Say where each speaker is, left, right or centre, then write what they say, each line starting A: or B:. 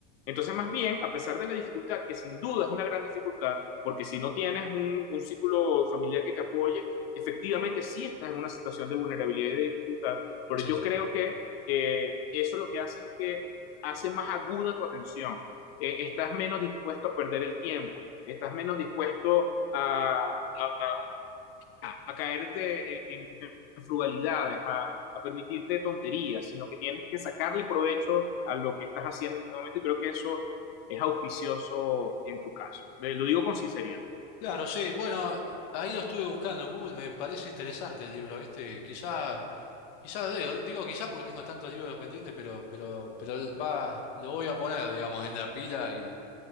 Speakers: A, on the left; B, on the left.
A: Entonces, más bien, a pesar de la dificultad, que sin duda es una gran dificultad, porque si no tienes un, un círculo familiar que te apoye, efectivamente sí estás en una situación de vulnerabilidad y de dificultad, pero
B: sí,
A: yo
B: sí.
A: creo que eh, eso lo que hace es que hace más aguda tu atención, eh, estás menos dispuesto a perder el tiempo, estás menos dispuesto a, a, a a caerte en, en frugalidades, a, a, permitirte tonterías, sino que tienes que sacarle provecho a lo que estás haciendo en este momento y creo que eso es auspicioso en tu caso. Eh, Lo digo con sinceridad.
B: Claro, sí, bueno, ahí lo estuve buscando en Google, me parece interesante el libro este, y quizá, quizá, leo, digo quizá porque tengo tantos libros pendientes, pero, pero, pero va, lo voy a poner, digamos, en la pila Y